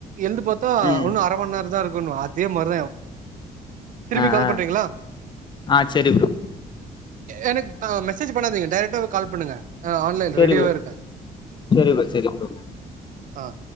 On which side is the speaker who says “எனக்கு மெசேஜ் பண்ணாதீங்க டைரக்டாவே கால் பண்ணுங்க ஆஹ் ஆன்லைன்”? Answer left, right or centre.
Right